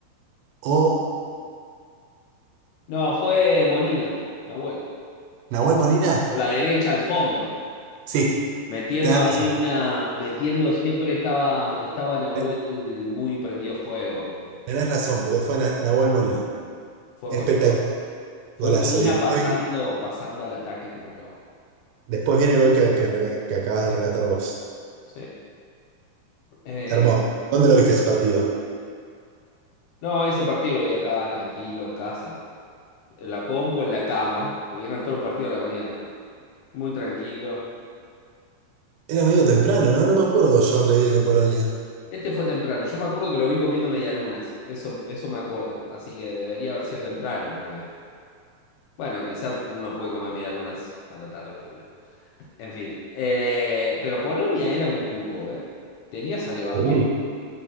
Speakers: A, on the right (about 80°); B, on the left (about 75°).
A: o
B: No, fue Molina, Nahuel.
A: Nahuel Molina.
B: Por la derecha al fondo.
A: Sí,
B: Metiendo
A: tenés
B: ahí
A: razón.
B: una. Metiendo siempre estaba, estaba Nahuel
A: eh,
B: muy prendido fuego.
A: Tenés
B: Eh,
A: razón, boludo, fue Na- Nahuel Molina.
B: fue
A: Espectacular,
B: Molina Fue
A: golazo.
B: Molina
A: Y después,
B: pasando, pasando al ataque como loco.
A: después viene el gol que, que rela- que acabas de relatar vos.
B: Sí. Eh,
A: Hermoso. ¿Dónde lo viste ese partido?
B: no, ese partido lo vi acá, tranquilo, en casa. En la compu, en la cama, porque eran todos los partidos a la mañana. Muy tranquilo.
A: Era medio temprano, ¿no? No me acuerdo yo dónde vi el de Polonia.
B: Este fue temprano. Yo me acuerdo que lo vi comiendo medialunas. Eso, eso me acuerdo. Así que debería haber sido temprano, porque, bueno, quizás uno puede comer medialunas a la tarde también. En fin. Eh, pero Polonia era un cuco, ¿eh? Tenías a Lewandowski,
A: sí